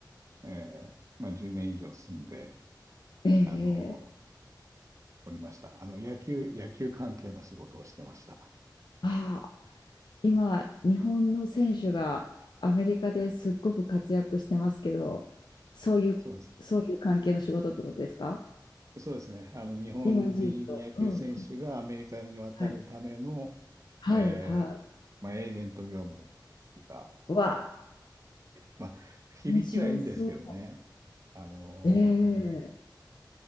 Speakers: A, on the right (about 45°); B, on the left (about 75°).
A: えーまあ、10年以上住んで、
B: ええ
A: あの、おりました。あの、野球、野球関係の仕事をしてました。
B: ああ、今、日本の選手がアメリカですっごく活躍してますけど、そういう、
A: そうです。
B: そういう関係の仕事ってことですか
A: そうですね。あの、日本人野球選手がアメリカに渡るための、
B: 日本人と。うん。はい。はい、
A: えーまあ、
B: は
A: エージェント業務が
B: い。わあ、
A: まあ、響きはいいんですけどね。
B: 面白そう。
A: あのー
B: ええ